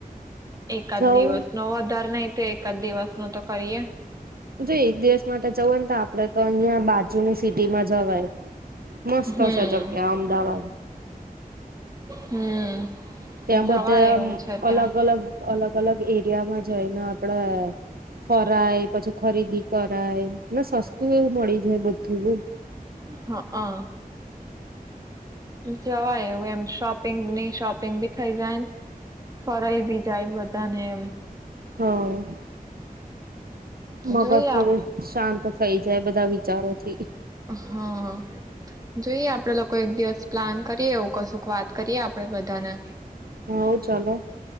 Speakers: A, on the right; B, on the right.
A: એકાદ
B: જવું
A: દિવસ નો વધાર નહી તો એક આધ દિવસ નું તો કરીએ
B: જો એક દિવસ માટે જવું હોય ને ત આપડે તો અહિયાં બાજુની સિટી માં જવાય મસ્ત
A: હમ
B: છે જક્યા અમદાવાદ.
A: હમ.
B: ત્યાં
A: જવાય
B: બધા આમ
A: એવું છે ત્યાં
B: અલગ અલગ અલગ અલગ એરિયામાં જો એને આપડે ફરાય પછી ખરીદી કરાય સસ્તું એવું મળી જાય બધું.
A: હા હા. જવાય એવું એમ શોપિંગ નહી શોપિંગ બી થઈ જાય ફરાઈ બી જાય બધાને એમ
B: હમ મગજ
A: જોઈએ આપ
B: થોડું શાંત. થઈ જાય બધા વિચારોથી
A: હા જોઈએ આપડે લોકો એક દિવસ પ્લાન કરીએ એવું કશુંક વાત કરીએ‌આ આપડે બધાને
B: હવ ચલો